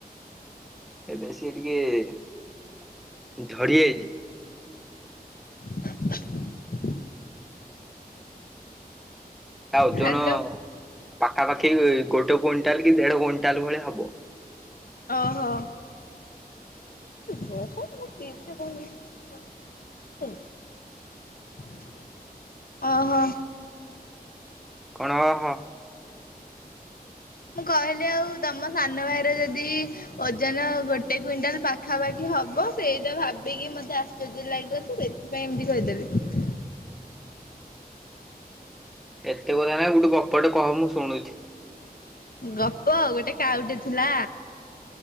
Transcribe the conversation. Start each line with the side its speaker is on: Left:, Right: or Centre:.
Centre: ଏବେ ସେ ଟିକେ ଝଡିଯାଇଛି।
Left: <inaudible>
Centre: ତା ଓଜନ
Left: ହ୍ୟାଲୋ
Centre: ପାଖାପାଖି ଗୋଟେ କୁଇଣ୍ଟାଲ କି ଦେଢ କୁଇଣ୍ଟାଲ ଣ୍ଟାଲ ଭଳିଆ ହବ।
Left: ଓହୋ। ରହ ମୋ କିଲିପିଟା କାଇଁ ନାଗୁଚୁ <inaudible> ଓ ହୋ।
Centre: କଣ ଓହୋ?
Left: ମୁଁ କହିଲି ଆଉ ତମ ସାନ ଭାଇର ଯଦି ଓଜନ ଗୋଟେ କୁଇଣ୍ଟାଲ ପାଖାପାଖି ହବ ସେଇଟା ଭାବିକି ମତେ ଆଶ୍ଚର୍ଯ୍ୟ ଲାଗିବ ତ ସେଥିପାଇଁ ଏମତି କହିଦେଲି।
Centre: ଏତେ କଥା କାଇଁ ଗୋଟେ ଗପଟେ କହ ମୁଁ ଶୁଣୁଚି।
Left: ଗପ ଗୋଟେ କାଉଟେ ଥିଲା।